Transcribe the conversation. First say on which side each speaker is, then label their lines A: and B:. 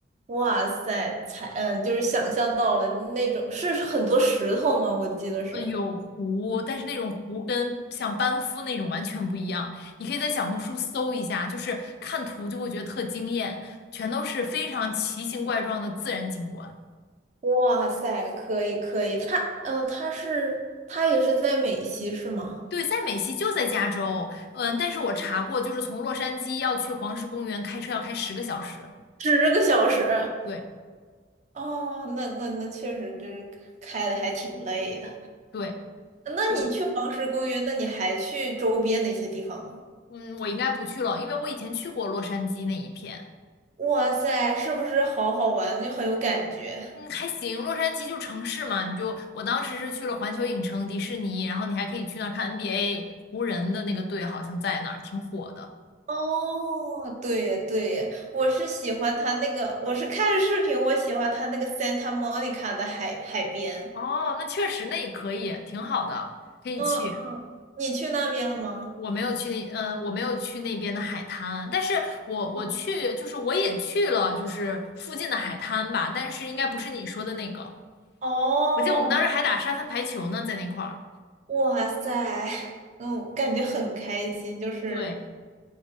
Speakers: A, on the right; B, on the left.
A: 哇塞，才嗯就是想象到了那种是很多石头吗？我记得是。
B: 呃，有湖，但是那种湖跟像班夫那种完全不一样。你可以在小红书搜一下，就是看图就会觉得特惊艳，全都是非常奇形怪状的自然景观。
A: 哇塞，可以可以，他嗯他是他也是在美西是吗？
B: 对，在美西就在加州，嗯，但是我查过，就是从洛杉矶要去黄石公园，开车要开十个小时。
A: 十个小时。
B: 对
A: 哦，那那那确实，就是开的还挺累的。
B: 对，
A: 那你去黄石公园，
B: 就
A: 那你还去周边那些地方吗？
B: 嗯，我应该不去了，因为我以前去过洛杉矶那一片。
A: 哇塞，是不是好好玩，就很有感觉？
B: 嗯，还行，洛杉矶就城市嘛，你就我当时是去了环球影城、迪士尼，然后你还可以去那儿看 NBA，湖人的那个队好像在那儿，挺火的。
A: 哦，对耶对耶，我是喜欢它那个，我是看视频，我喜欢它那个 Santa Monica 的海海边。
B: 哦，那确实，那也可以，挺好的，可以去。
A: 嗯嗯，你去那边了吗？
B: 我没有去那，呃，我没有去那边的海滩，但是我我去，
A: 嗯
B: 就是我也去了，就是附近的海滩吧，但是应该不是你说的那个。
A: 哦，
B: 我记得我们当时还打沙滩排球呢，在那块儿。
A: 哇塞，<laughs> 嗯，感觉很开心，就是
B: 对，